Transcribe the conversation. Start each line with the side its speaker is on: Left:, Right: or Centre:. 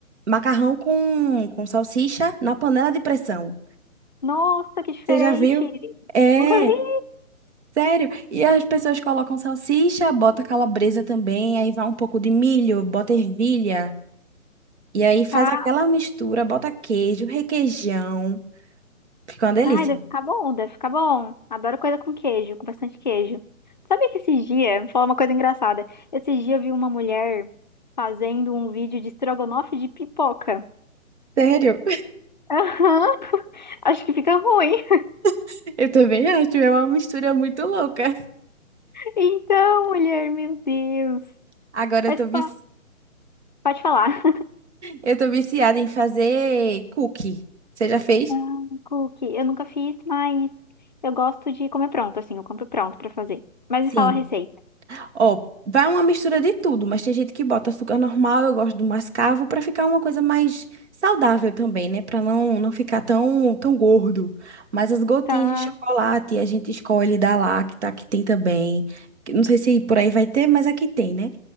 Right: macarrão com, com salsicha na panela de pressão.
Left: Nossa, que diferente.
Right: Você já viu? É.
Left: Nunca vi.
Right: Sério? E as pessoas colocam salsicha, bota calabresa também, aí vai um pouco de milho, bota ervilha, e aí faz
Left: Tá.
Right: aquela mistura, bota queijo, requeijão. Fica uma delícia.
Left: Ai, deve ficar bom, deve ficar bom. Adoro coisa com queijo, com bastante queijo. Sabe que esses dias, vou falar uma coisa engraçada. Esses dias eu vi uma mulher fazendo um vídeo de estrogonofe de pipoca.
Right: Sério?
Left: Aham, <laughs> acho que fica ruim. <laughs>
Right: <laughs> Eu também acho, é uma mistura muito louca.
Left: Então, mulher, meu Deus.
Right: Agora
Left: Mas
Right: eu tô
Left: pa-
Right: vici...
Left: pode falar.
Right: eu tô viciada em fazer cookie. Você já fez?
Left: Ah, cookie, eu nunca fiz, mas eu gosto de comer pronto, assim, eu compro pronto pra fazer. Mas
Right: Sim.
Left: me fala a receita.
Right: Ó, vai uma mistura de tudo, mas tem gente que bota açúcar normal, eu gosto do mascavo para ficar uma coisa mais saudável também, né? Para não não ficar tão tão gordo. Mas as gotinhas
Left: Tá.
Right: de chocolate a gente escolhe da Lacta, que tem também. que Não sei se por aí vai ter, mas aqui tem, né?